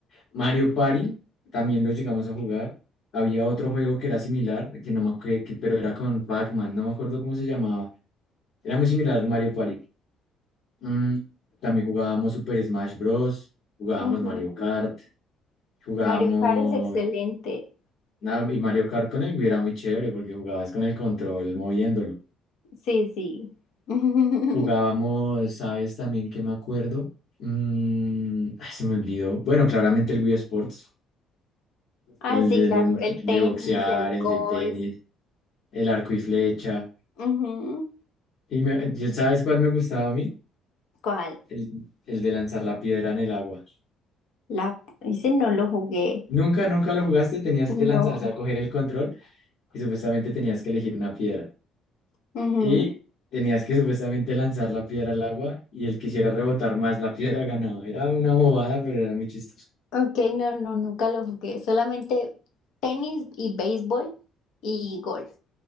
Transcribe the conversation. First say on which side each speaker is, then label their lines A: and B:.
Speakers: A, on the left; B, on the left.
A: Mario Party, también lo llegamos a jugar. Había otro juego que era similar, que no me acuerdo, pero era con Pac-Man, no me acuerdo cómo se llamaba. Era muy similar al Mario Party. Mm, también jugábamos Super Smash Bros. Jugábamos
B: Ujú.
A: Mario Kart. Jugábamos.
B: Mario Kart es excelente.
A: Nada, y Mario Kart con el era muy chévere porque jugabas con el control moviéndolo.
B: Sí, sí. <laughs>
A: Jugábamos, ¿sabes también que me acuerdo? Mm, ay, se me olvidó. Bueno, claramente el Wii Sports, el
B: Ah, sí,
A: de,
B: claro,
A: de-
B: el tenis,
A: de boxear,
B: el
A: el
B: golf.
A: de tenis, el arco y flecha.
B: Ujú.
A: Y me- ¿y ¿sabes cuál me gustaba a mí?
B: ¿Cuál?
A: El, el de lanzar la piedra en el agua.
B: La... Ese no lo jugué.
A: Nunca, nunca lo jugaste, tenías
B: No.
A: que lanzar, o sea, coger el control y supuestamente tenías que elegir una piedra.
B: Ujú.
A: Y tenías que supuestamente lanzar la piedra al agua y el que quisiera rebotar más la piedra ganaba. Era una bobada, pero era muy chistoso.
B: Ok, no, no, nunca lo jugué. Solamente tenis y béisbol y golf.